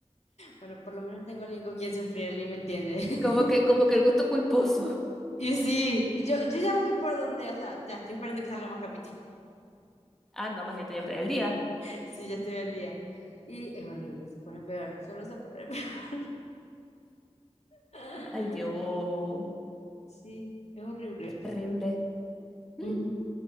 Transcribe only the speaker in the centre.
Como que, como que el gusto culposo. <laughs>
Ah, no, más ya te el día.
Ay, Dios,
qué horrible. Mm.